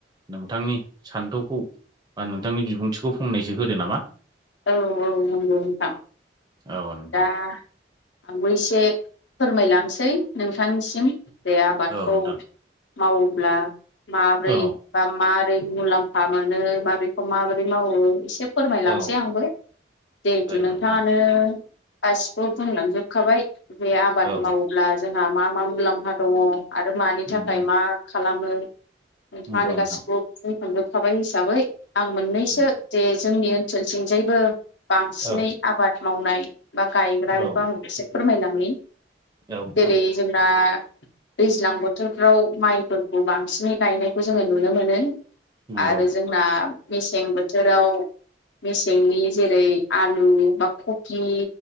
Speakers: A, on the right (about 25°); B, on the left (about 75°).
A: नोंथांनि सान्थौ खौ बा नोंथांनि बिबुंथिखौ फंनायसो होदो नामा?
B: औ औ नंगौ नोंथां।
A: औ नोंथां
B: दा आंबो एसे फोरमायलांनोसै नोंथांनिसिम जे आबादखौ
A: औ नोंथां
B: मावोब्ला माबोरै
A: औ
B: बा मारै मुलाम्फा मोनो बा बेखौ माबोरै मावो एसे फोरमायलांसै
A: औ
B: आंबो जिहेथु
A: जायो
B: नोंथाङानो
A: नोंथां
B: गासि बो बुंलांजोबखाबाय जे आबाद
A: औ
B: मावोब्ला जोंहा मा मा मुलाम्फा दङ। आरो मानि
A: नंगौ
B: थाखाय मा खालामो नोंथाङानो
A: नंगौ नोंथां
B: गासिखौबो बुं जोबखाबाय हिसाबै आं मोननैसो
A: औ
B: जे जोंनि ओनसोलथिं जायबो बांसिनै
A: औ
B: आबाद मावनाय बा गायग्रा बेखौ
A: औ
B: आं एसे फोरमायलांनि
A: नोंथां
B: जेरै जोंना दैज्लां बोथोर फाव माइफोरखौ बांसिनै गायनायखौ जोङो नुनो मोनो।
A: नंगौ
B: आरो जोंना मेसें बोथोराव मेसेंनि जेरै आलु बा कफि